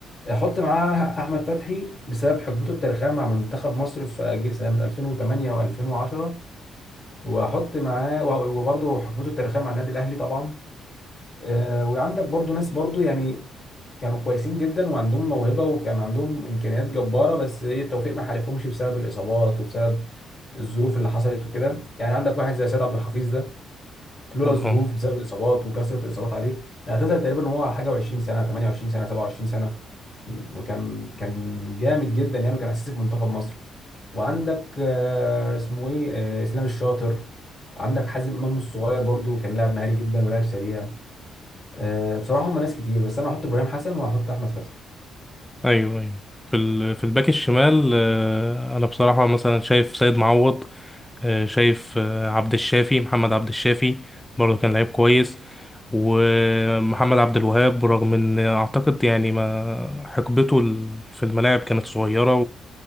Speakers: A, on the left; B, in the centre.
A: حط معاه أحمد فتحي بسبب حقبته التاريخية مع منتخب مصر في أج- سنة 2008 و2010 وأحط معاه وبرضه حقبته التاريخية مع النادي الأهلي طبعا آه، وعندك برضو ناس برضو يعني كانوا كويسين جدا وعندهم موهبة وكان عندهم إمكانيات جبارة بس إيه التوفيق ما حالفهمش بسبب الإصابات وبسبب الظروف اللي حصلت وكده يعني عندك واحد زي سيد عبد الحفيظ ده لولا
B: اه
A: الظروف بسبب الإصابات وكثرة الإصابات عليه اعتزل تقريبا وهو حاجة و20 سنة 28 سنة 27 سنة م- وكان كان جامد جدا يعني وكان أساسي في منتخب مصر وعندك آه، اسمه إيه آه، إسلام الشاطر عندك حازم إمام الصغير برضو كان لاعب مهاري جدا ولاعب سريع أه بصراحة هم ناس كتير بس أنا هحط إبراهيم حسن وهحط أحمد فتحي
B: ايوه ايوه في ال... في الباك الشمال آه، انا بصراحه مثلا شايف سيد معوض آه، شايف آه، عبد الشافي محمد عبد الشافي برضه كان لعيب كويس ومحمد عبد الوهاب برغم ان اعتقد يعني ما حقبته ال- في الملاعب كانت صغيره